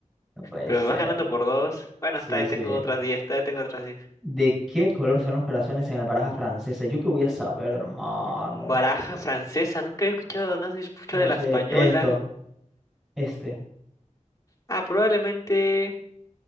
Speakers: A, in the centre; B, on the left.
A: no puede
B: Pero
A: ser.
B: me vas ganando por dos. Bueno,
A: Sí,
B: todavía
A: sí.
B: tengo otras diez, todavía tengo otras diez.
A: ¿De qué color son los corazones en la baraja francesa? Yo qué voy a saber, hermano.
B: Baraja francesa, nunca he escuchado, no se escuchado
A: No
B: de
A: sé,
B: la española.
A: esto, este.
B: Ah, probablemente.